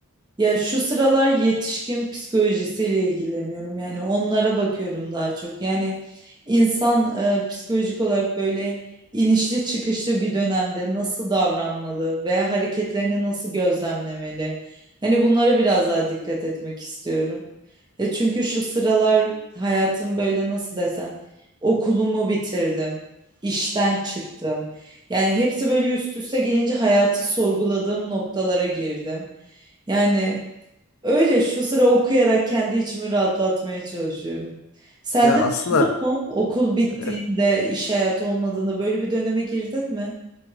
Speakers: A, on the right; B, on the left.
A: Ya şu sıralar yetişkin psikolojisiyle ilgileniyorum. Yani onlara bakıyorum daha çok. Yani insan e, psikolojik olarak böyle inişli çıkışlı bir dönemde nasıl davranmalı ve hareketlerini nasıl gözlemlemeli? Hani bunlara biraz daha dikkat etmek istiyorum. E çünkü şu sıralar hayatım böyle nasıl desem okulumu bitirdim, işten çıktım. Yani hepsi böyle üst üste gelince hayatı sorguladığım noktalara girdim. Yani Öyle şu sıra okuyarak kendi içimi rahatlatmaya çalışıyorum. Sende
B: Ya
A: de
B: aslında
A: oldu mu? Okul bittiğinde,
B: e,
A: iş hayatı olmadığında böyle bir döneme girdin mi?